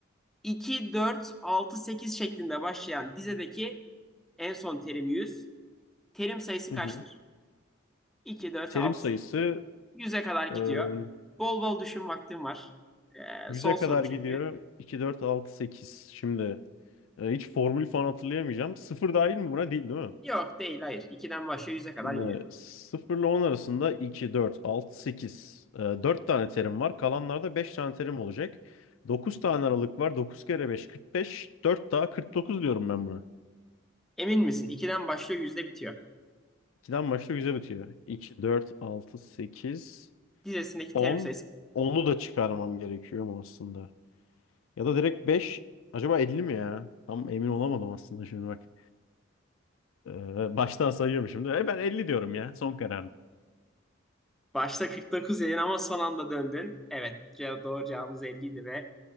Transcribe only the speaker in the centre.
2 4 6 8 şeklinde başlayan dizedeki en son terim 100. Terim sayısı
kaçtır?
2 4
6
8 100'e kadar gidiyor.
Bol bol düşün vaktin var.
Ee, son soru
çünkü.
Yok değil hayır. 2'den başlıyor 100'e kadar
gidiyor.
Emin misin? 2'den başlıyor, yüzde bitiyor.
Dizesindeki
terim sayısı.
Başta 49 dedin ama son anda döndün. Evet, ce- doğru cevabımız 50 idi ve